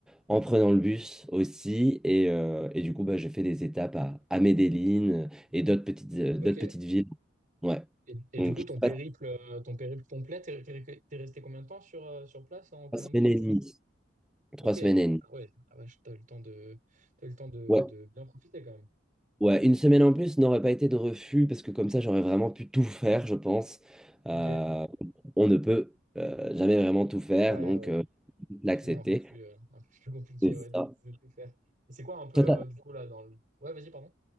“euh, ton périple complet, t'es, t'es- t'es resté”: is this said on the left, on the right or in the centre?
Right